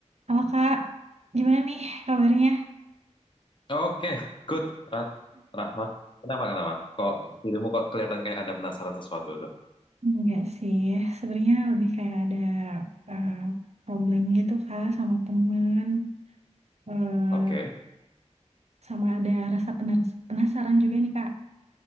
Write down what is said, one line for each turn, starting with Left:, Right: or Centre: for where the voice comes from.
Right: Halo Kak, gimana nih kabarnya?
Left: Oke, good. Rah Rahma, kenapa kenapa? Kok dirimu kok kelihatan kayak ada penasaran sesuatu tuh?
Right: Enggak sih, sebenarnya lebih kayak ada eh, problem gitu Kak sama temen, Eh,
Left: Oke,
Right: sama ada rasa penas- penasaran juga nih Kak.